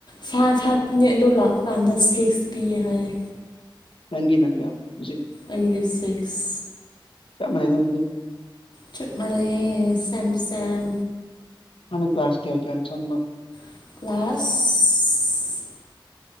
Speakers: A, on the left (about 55°); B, on the left (about 85°).
A: ꯐꯥꯏꯚ ꯍꯥꯏꯕꯅꯦ ꯑꯗꯨ ꯂꯥꯛꯄ ꯀꯥꯟꯗ ꯁꯤꯛꯁ ꯄꯤꯌꯦ ꯍꯥꯏꯌꯦ
B: ꯇꯪꯒꯤꯤꯟ ꯀꯌꯥ ꯍꯧꯖꯤꯛ
A: ꯑꯩꯗꯤ ꯁꯤꯛꯁ
B: ꯆ ꯃꯅꯅꯗꯤ
A: ꯆ ꯃꯅ ꯁꯝꯁꯝ
B: ꯃꯅ ꯀ꯭ꯂꯥꯁ ꯀꯌꯥ ꯀ ꯆꯪꯝꯕ
A: class